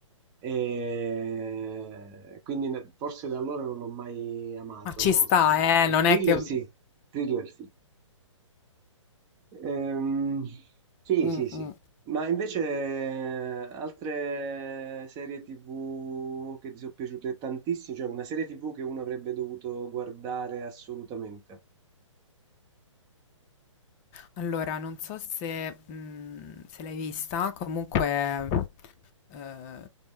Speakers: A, on the right (about 25°); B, on the left (about 25°).
A: E quindi ne- forse da allora non ho mai amato
B: Ma ci
A: l'horror.
B: sta, eh, non
A: Thriller
B: è che...
A: sì, thriller sì. Ehm, sì,
B: Mm,
A: sì, sì.
B: mm.
A: Ma invece eh, altre serie TV che ti sono piaciute tantissimo, cioè una serie TV che uno avrebbe dovuto guardare assolutamente.
B: Allora, non so se, mm, se l'hai vista, comunque eh,